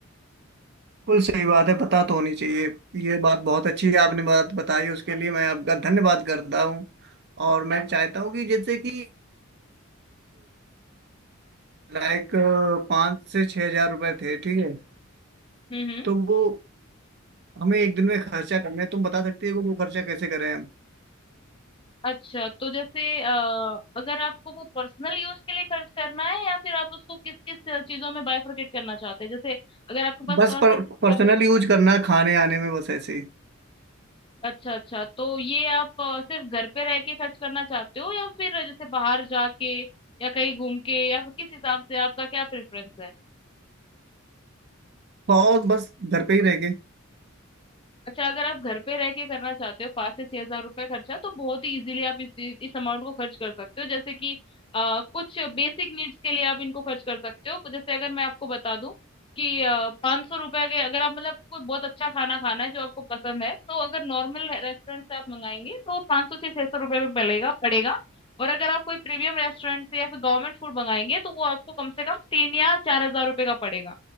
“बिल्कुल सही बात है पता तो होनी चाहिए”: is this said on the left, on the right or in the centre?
Right